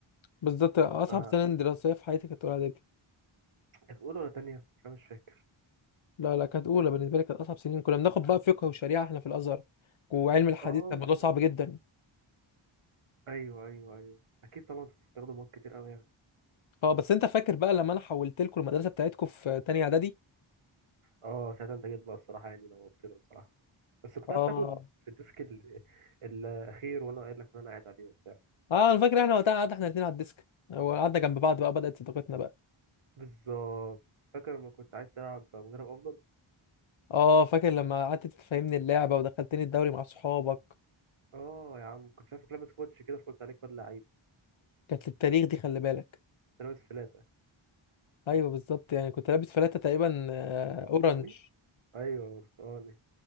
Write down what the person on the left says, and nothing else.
بالظبط اصعب
سنه دراسيه في حياتي كانت اولى اعدادي
لا لا كانت اولى بالنسبه لي كانت اصعب سنين كنا بناخد بقى فقه وشريعه احنا في الازهر وعلم الحديث
كان الموضوع صعب جدا
اه بس انت فاكر بقى لما انا حولت لكم المدرسه بتاعتكم في تانية اعدادي
اه
اه انا فاكر احنا وقتها قعدنا احنا الاثنين على الديسك وقعدنا جنب بعض بقى بدأت صداقتنا بقى
اه فاكر لما قعدت تفهمني اللعبة ودخلتني الدوري مع صحابك
كانت للتاريخ دي خلي بالك
ايوه بالظبط يعني كنت لابس فلاتة تقريبا آه،
اورنج